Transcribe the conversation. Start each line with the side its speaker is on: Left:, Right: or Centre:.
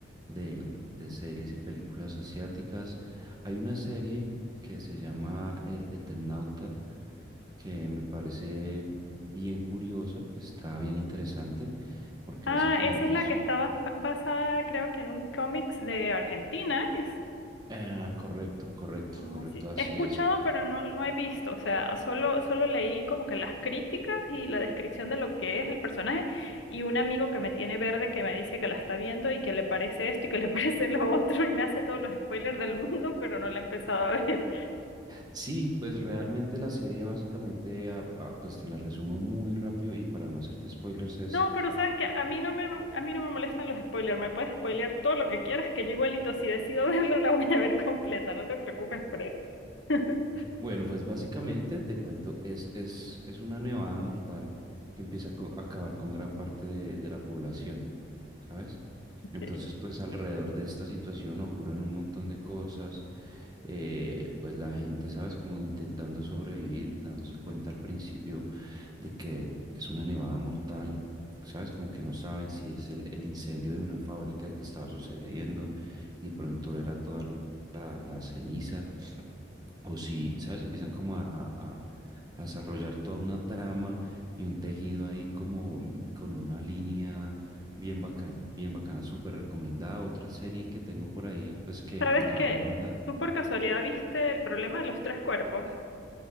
Right: de, de series y películas asiáticas. Hay una serie que se llama El Eternauta que me parece bien curiosa, está bien interesante, porque
Left: Ah,
Right: básicamente
Left: esa es la
Right: es...
Left: que está bas- basada, creo que en un cómics de Argentina, ¿es?
Right: Ah, correcto, correcto,
Left: Ah,
Right: correcto,
Left: sí.
Right: así
Left: He escuchado,
Right: es.
Left: pero no, no he visto. O sea, solo, solo leí como que las críticas y la descripción de lo que es el personaje y un amigo que me tiene verde que me dice que la está viendo y que le parece esto y que le <laughs> parece lo otro y me hace todos los spoilers del mundo, pero no la he empezado a ver.
Right: Sí, pues realmente la serie básicamente, ah, ah, pues te la resumo muy rápido y para no hacerte spoilers es
Left: No, pero sabes que a mí no me, a mí no me molestan los spoilers. Me puedes spoilear todo lo que quieras, que yo igualito si decido <laughs> verla la voy a ver completa. No te preocupes por eso. <laughs>
Right: Bueno, pues básicamente te cuento, es, es, es una nevada mortal que empieza a co- a acabar con gran parte de, de la población, ¿sabes?
Left: Ok.
Right: Entonces, pues alrededor de esta situación ocurren un montón de cosas, eh, pues la gente, ¿sabes? Como intentando sobrevivir, dándose cuenta al principio de que es una nevada mortal, ¿sabes? Como que no saben si es el, el incendio de una fábrica que estaba sucediendo y de pronto era toda la la ceniza o si, ¿sabes? Empiezan como a, a- a- a desarrollar toda una trama y un tejido ahí como mm, con una línea bien bacana, bien bacana, súper recomendada. Otra serie que tengo por ahí, pues que
Left: ¿Sabes
Right: la
Left: qué?
Right: verdad no me la...
Left: ¿Tú por casualidad viste el problema de los tres cuerpos?